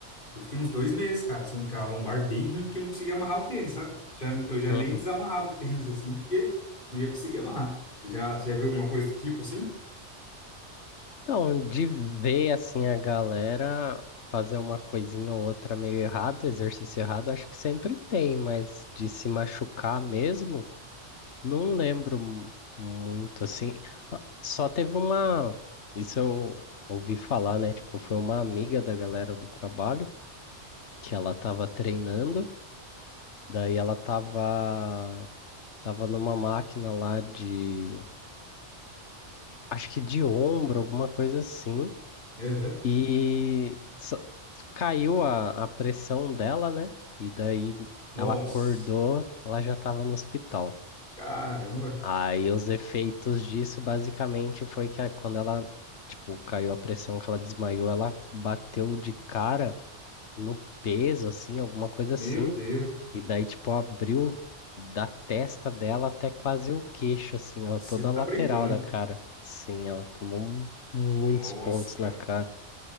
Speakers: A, on the left (about 45°); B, on the left (about 70°).
A: Eu fiquei uns dois meses, cara, assim, com a lombar bem ruim porque eu não conseguia amarrar o tênis, sabe? Já, eu já
B: Uhum.
A: nem desamarrava o tênis assim porque não ia conseguir amarrar. Já, você já viu alguma coisa do tipo assim?
B: Então, de ver assim a galera fazer uma coisinha ou outra meio errado, exercício errado, acho que sempre tem, mas de se machucar mesmo, não lembro mu- muito assim. Ah, Só teve uma, isso eu ouvi falar, né? Tipo, foi uma amiga da galera do trabalho que ela tava treinando, daí ela tava tava numa máquina lá de, acho que de ombro, alguma coisa assim.
A: Aham.
B: E só- caiu a, a pressão dela, né? E daí
A: Nossa,
B: ela acordou, ela já estava no hospital.
A: caramba.
B: Aí os efeitos disso basicamente foi que a- quando ela, tipo, caiu a pressão que ela desmaiou, ela bateu de cara no peso, assim, alguma coisa
A: Meu
B: assim.
A: Deus,
B: E daí, tipo, abriu da testa dela até quase o queixo, assim, ó,
A: você
B: toda
A: tá
B: a lateral
A: brincando.
B: da cara. Sim, ela tomou mu- muitos
A: Nossa,
B: pontos
A: cara.
B: na cara.